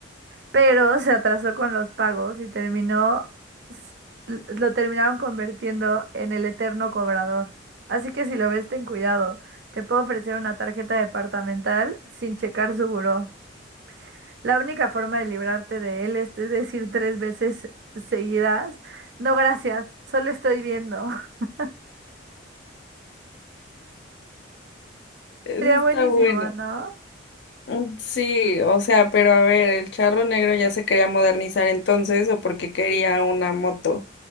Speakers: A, on the right; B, on the left.
A: pero se atrasó con los pagos y terminó, s- l- lo terminaron convirtiendo en el eterno cobrador. Así que si lo ves, ten cuidado. Te puedo ofrecer una tarjeta departamental sin checar su buró. La única forma de librarte de él es decir tres veces seguidas, no gracias, solo estoy viendo. <laughs>
B: está
A: Sería buenísimo,
B: bueno.
A: ¿no?
B: Mm, Sí, o sea, pero a ver, el charro negro ya se quería modernizar entonces o porque quería una moto.